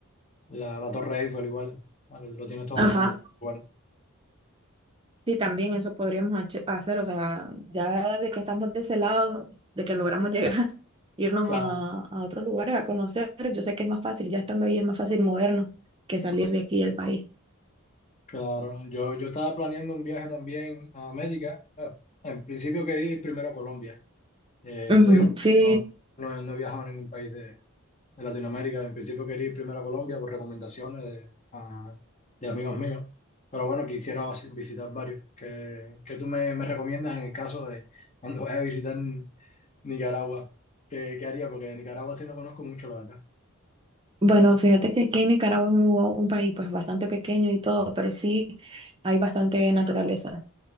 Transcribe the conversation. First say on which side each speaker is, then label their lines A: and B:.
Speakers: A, on the left (about 30°); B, on the right (about 25°).
A: la, la Torre Eiffel igual. Lo, lo tienes todo
B: Ajá.
A: bastante bueno.
B: Sí, también eso podríamos hache- hacer, o sea, ya de que estamos de ese lado, de que logramos llegar, <laughs> irnos
A: Claro.
B: a, a otros lugares a conocer, yo sé que es más fácil, ya estando ahí es más fácil movernos que salir de aquí del país.
A: Claro, yo, yo estaba planeando un viaje también a América. Eh, En principio quería ir primero a Colombia. Eh,
B: Ujú,
A: te digo,
B: sí,
A: no, no- no he viajado a ningún país de, de Latinoamérica. En principio quería ir primero a Colombia por recomendaciones de, a- de amigos míos. Pero bueno, quisiera vas- visitar varios. ¿Qué, qué tú me, me recomiendas en el caso de cuando vaya a visitar Nicaragua? ¿Qué, qué haría? Porque Nicaragua sí no conozco mucho, la verdad.
B: Bueno, fíjate que aquí en Nicaragua es un, un país pues bastante pequeño y todo, pero sí hay bastante naturaleza.